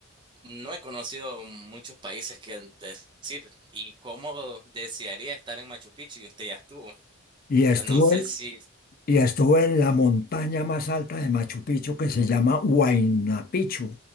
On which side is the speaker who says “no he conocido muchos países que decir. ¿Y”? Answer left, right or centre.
Right